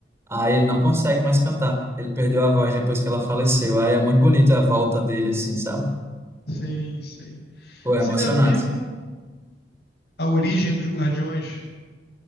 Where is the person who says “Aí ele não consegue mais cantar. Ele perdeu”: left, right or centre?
Right